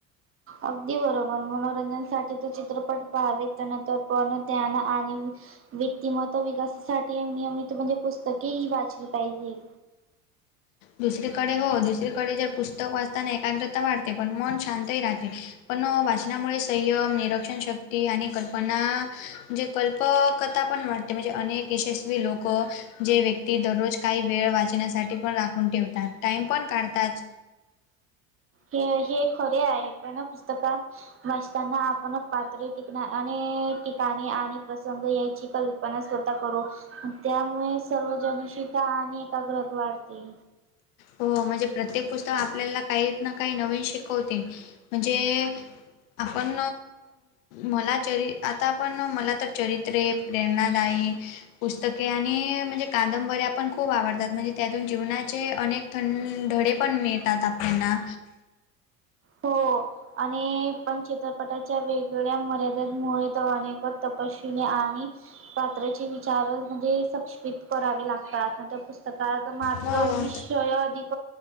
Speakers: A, on the right; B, on the left.
A: अगदी बरोबर मनोरंजनासाठी तो चित्रपट पाहावे त्यानंत पण ञान आणि व्यक्तिमत्व विकासासाठी नियमित म्हणजे पुस्तकेही वाचली पाहिजे
B: दुसरीकडे हो दुसरीकडे जर पुस्तक वाचताना एकाग्रता वाढते पण मन शांतही राहते पण वाचनामुळे संयम निरक्षण शक्ती आणि कल्पना म्हणजे कल्प प कथा पण वाटते म्हणजे अनेक यशस्वी लोकं जे व्यक्ती दररोज काही वेळ वाचण्यासाठी पण रा ठेवतात टाइम पण काढतात
A: हे हे खरे आहे पण पुस्तकात मस् त्यांना आपण पातळी टिकणा आणि ठिकाणी आणि प्रसंग यायची कल्पना स्वतः करू त्यामुळे सर्व जनशता आणि एकाग्रता वाढते
B: हो म्हणजे प्रत्येक पुस्तक आपल्याला काही ना काही नवीन शिकवते म्हणजे आपण मला चर आता आपण मला तर चरित्रे प्रेरणादायी पुस्तके आणि म्हणजे कादंबऱ्या पण खूप आवडतात म्हणजे त्यातून जीवनाचे अनेक थं धळे पण मिळतात आपल्याना
A: हो आणि पण चित्रपटाच्या वेगवेगळ्या मर्यादमुळे तो अनेक तपशले आणि पात्राचे विचार म्हणजे सक्षमित करावे लागतात ना तर पुस्तक तर मात्र
B: हो
A: विसय अधिक